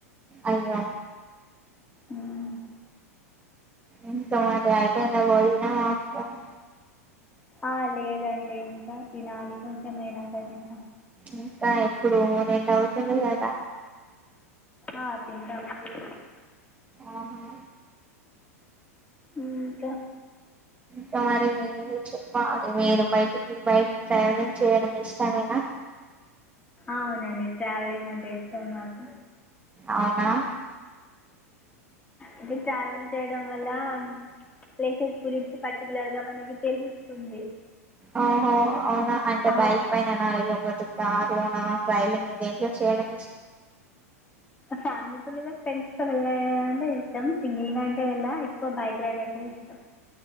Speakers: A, on the right; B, on the left.
A: అయ్యో
B: హమ్
A: ఏంటి మరి అయిపోయిందా భోజనం ఆఫ్టర్నూన్
B: ఆ లేదండి ఇంక తినాలి కొంచెం ఐనంక తింట
A: ఇంక ఎప్పుడు రెండు అవుతుంది కద
B: ఆ తింటామనడి
A: ఆహా
B: ఇంక
A: సరి మ చె పా మీరు బయటికి బయట ట్రవలింగ్ చేయడం ఇష్టమేనా
B: అవునండి ట్రావెలింగ్ అంటే ఇష్టం నాకు
A: అవున
B: అంటే ట్రావెల్ చేయడం వల్ల ప్లేసెస్ గురించి పర్టికులర్ గ మనకి తెలుస్తుంది
A: ఓహో అవున అంటే
B: ఆ
A: బైక్ పైన అనాలకపోతుంది దార్నా సైలింగ్ ఇద ఏంటో చేయడంకు
B: ఫ్యామిలీతో లేద ఫ్రెండ్స్ తో వెళ్ళ అంటే ఇష్టం సింగిల్ గా అంటే వెళ్ళ ఎక్కువ బైక్ రైడ్ అంటే ఇష్టం